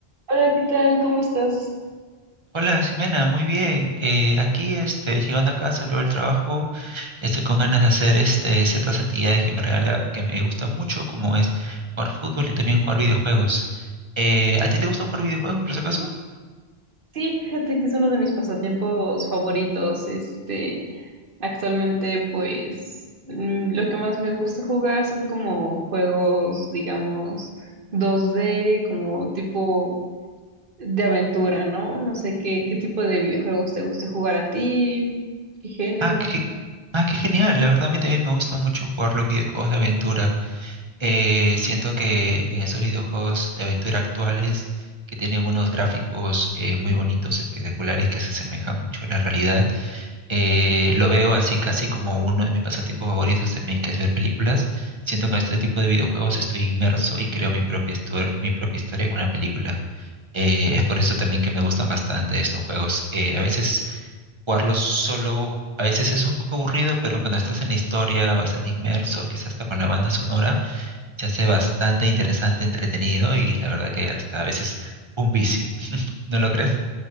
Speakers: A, on the right (about 60°); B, on the right (about 30°).
A: Hola, ¿qué tal? ¿Cómo estás?
B: Hola, Ximena, muy bien. Eh, aquí, este, llegando a casa luego del trabajo, estoy con ganas de hacer este, ciertas actividades que me regala, que me gustan mucho, como es jugar fútbol y también jugar videojuegos. Eh, ¿a ti te gusta jugar videojuegos, por si acaso?
A: Sí, fíjate que es uno de mis pasatiempos favoritos. Este, actualmente, pues, mm, lo que más me gusta jugar son como juegos, digamos, 2D, como tipo de aventura, ¿no? No sé qué, qué tipo de videojuegos te guste jugar a ti, qué género.
B: Ah, qué, ah, qué genial. La verdad, a mí también me gusta mucho jugar los videojuegos de aventura. Eh, siento que en esos videojuegos de aventura actuales, que tienen unos gráficos eh, muy bonitos, espectaculares, que se asemejan mucho a la realidad, Eh, lo veo así casi como uno de mis pasatiempos favoritos también, que es ver películas. Siento que con este tipo de videojuegos estoy inmerso y creo mi propia, histo- mi propia historia en una película. Eh, es por eso también que me gustan bastante estos juegos. Eh, a veces jugarlos solo, a veces es un poco aburrido, pero cuando estás en la historia bastante inmerso, quizás hasta con la banda sonora, se hace bastante interesante, entretenido y la verdad que hasta a veces un vicio. <laughs> ¿No lo crees?